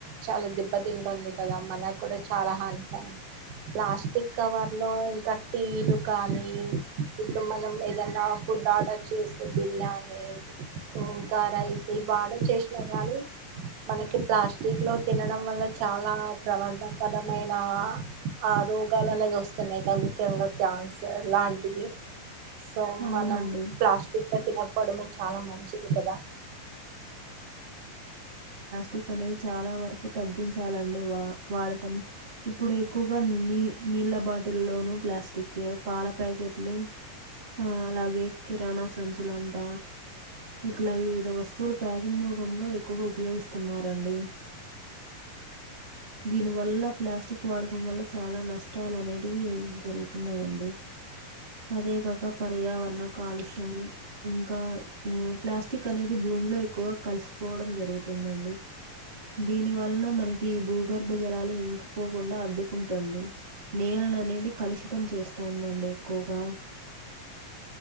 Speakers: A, on the right; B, on the right.
A: చాలా దిబ్బతింటుంది కదా మన కూడా చాలా హానికరం ప్లాస్టిక్ కవర్లో ఇంకా టీలు కానీ ఇప్పుడు మనం ఏదైనా ఫుడ్ ఆర్డర్ చేసే బిర్యానీ ఇంకా రైస్ ఇవి ఆర్దర్స్ చేసిన కానీ మనకి ప్లాస్టిక్ లో తినడం వల్ల చాలా ప్రమాదకరమైన ఆ రోగాలు అనేది వస్తున్నాయిగ ముఖ్యంగా క్యాన్సర్ లాంటివి సో
B: అవునండి.
A: మనం ప్లాస్టిక్ లో తినకపోవడమే చాలా మంచిది కదా
B: క్ అనేది చాలా వరకు తగ్గించాలండి వా వాడటం ఇప్పుడు ఎక్కువగా నీ నీళ్ళ బాటిల్ల్లోను ప్లాస్టిక్ ఏ పాల ప్యాకెట్లు ఆ అలాగే కిరాణా సంచులంట ఇట్లా వివిధ వస్తువులు ప్యాక్ ంగ్ రూపంలో ఎక్కువగా ఉపయోగిస్తున్నారండి దీని వల్ల ప్లాస్టిక్ వాడకం వల్ల చాలా నష్టాలు అనేటివి జరుగుతున్నాయండి అదే కాక పర్యావరణ కాలుష్యం ఇంకా ప్లాస్టిక్ అనేది భూమీలో ఎక్కువగ కలిసిపోవడం జరుగుతుందండి దీని వల్ల మనకి భూ భ గర్భజలాలు ఇంకి పోకుండా అడ్డుకుంటుంది నేలను అనేది కలుషితం చేస్తుందండి ఎక్కువగా